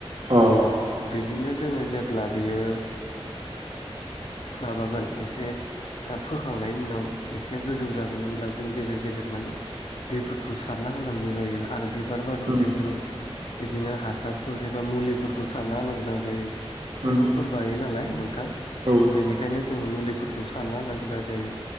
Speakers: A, on the right; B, on the left.
A: अ
B: औ बिदिनो जोङो जेब्ला बियो माबागोन एसे फोखांनायनि उनाव एसे गोजौ जागोन होन ब्ला जों गेजेर गेजेर माने दैफोरखौ सारना होनांगौ जायो आरो बिबार बारबाथाय
A: उम
B: जों बिदिनो हासारफोर एबा मुलिफोरखौ सारना होनो गोनां जायो।
A: उम
B: एम्फौफोर बायो नालाय नोंथां।
A: औ
B: बेनिखायनो जोङो मुलिफोरखौ सारना होनो गोनां जायो